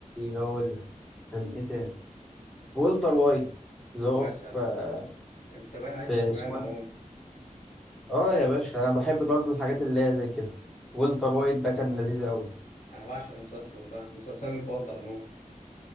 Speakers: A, in the centre; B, on the left (about 65°).
A: اقول لك كان ايه تاني والتر وايت اللي
B: مثلا
A: هو في
B: أنت باين عليك
A: في
B: فهمان
A: اسمه
B: أهو
A: ايه ده؟ اه يا باشا انا بحب برضو الحاجات اللي هي زي كده والتر وايت ده كان لذيذ قوي
B: أنا بعشق المسلسل ده مسلسلي المفضل أهو